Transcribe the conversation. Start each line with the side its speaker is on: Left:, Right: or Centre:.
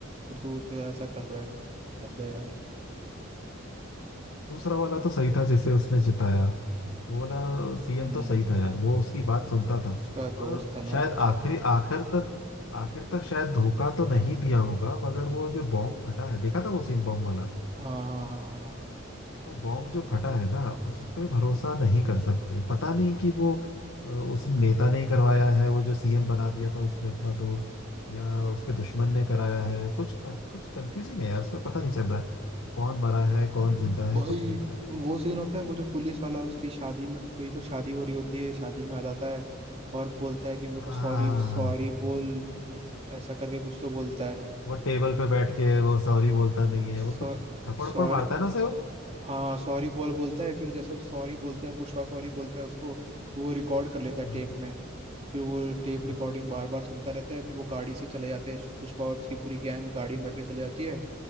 Right: और तू उसके साथ ऐसा कर रहा है हद है यार
Left: दूसरा वाला तो सही था जिसे उसने जिताया वो वाला सीएम
Right: हम्म
Left: तो सही था यार वो उसकी बात सुनता था
Right: उसका दोस्त
Left: और
Right: था ना
Left: शायद
Right: अच्छा
Left: आखिरी आखिर तक आखिर तक शायद धोखा तो नहीं दिया होगा मगर वो जो बॉम्ब फटा है देखा था वो सीन बॉम्ब वाला
Right: हाँ हाँ हाँ हाँ। हाँ, हाँ।
Left: वो बॉम्ब जो फटा है ना उस पे भरोसा नहीं कर सकते पता नहीं कि वो अ, उस नेता ने ही करवाया है वो जो सीएम बना दिया था उसने अपना दोस्त या उसके दुश्मन ने कराया है कुछ कर, कुछ कंफ्यूजिंग है यार उसमें पता नहीं चल रहा है कौन मरा है कौन
Right: हम्म,
Left: जिंदा है
Right: भाई
Left: कुछ नहीं पता
Right: वो सीन होता है वो जो पुलिस वाला उसकी शादी में कोई तो शादी हो रही होती है शादी में आ जाता है और बोलता है कि मेरे
Left: हाँ
Right: को सॉरी
Left: हाँ, हाँ,
Right: सॉरी
Left: हाँ।
Right: बोल ऐसा करके कुछ तो बोलता है
Left: वो टेबल पे बैठ के वो सॉरी बोलता नहीं है
Right: सॉ
Left: वो कुछ थप्पड़
Right: सॉरी
Left: थप्पड़ मारता है ना उसे वो
Right: हाँ सॉरी बॉल बोलता है फिर जैसे सॉरी बोलता है पुष्पा सॉरी बोलता है उसको तो वो रिकॉर्ड कर लेता है
Left: हाँ
Right: टेप में फिर वो टेप
Left: हाँ
Right: रिकॉर्डिंग बार बार सुनता रहता है फिर वो गाड़ी से चले जाते हैं पुष्पा और उसकी पूरी गैंग गाड़ी में बैठ के चले जाती है